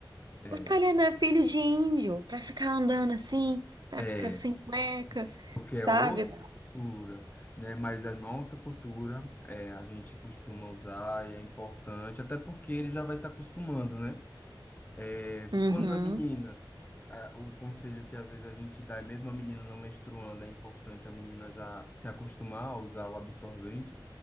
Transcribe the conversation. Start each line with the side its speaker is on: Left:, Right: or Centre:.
Left: é,
Right: O Taliano é filho de índio, pra ficar andando assim, pra
Left: é,
Right: ficar sem cueca,
Left: porque
Right: sabe?
Left: é outra cultura, né? Mas a nossa cultura, é, a gente costuma usar e é importante, até porque ele já vai se acostumando, né? É,
Right: Uhum,
Left: quando a menina, a- o conselho que às vezes a gente dá, é mesmo a menina não menstruando, é importante a menina já se acostumar a usar o absorvente